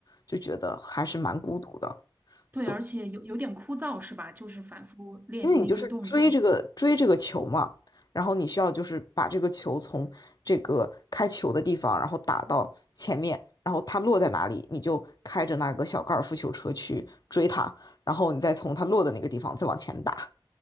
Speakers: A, on the left; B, on the right.
A: 就觉得还是蛮孤独的。所
B: 对，而且有有点枯燥，是吧？就是反复练习那些动作。
A: 因为你就是追这个追这个球嘛，然后你需要就是把这个球从这个开球的地方，然后打到前面，然后它落在哪里，你就开着那个小高尔夫球车去追它，然后你再从它落的那个地方再往前打。